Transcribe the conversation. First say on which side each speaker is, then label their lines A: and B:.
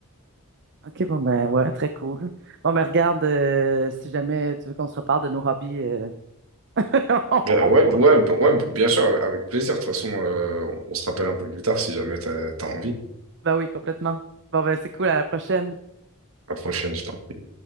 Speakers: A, on the right; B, on the right.
A: OK, bon ben ouais, très cool. Bon, mais regarde, euh, si jamais tu veux qu'on se reparle de nos hobbies, euh, <laughs> on,
B: Euh,
A: on
B: ouais,
A: pourra.
B: ouais, b- ouais, bien sûr, avec avec plaisir. De toute façon, euh, on se rappelle un peu plus tard si jamais t'as, t'as envie.
A: Ben oui, complètement. Bon ben c'est cool, à la prochaine.
B: À la prochaine, je t'en prie.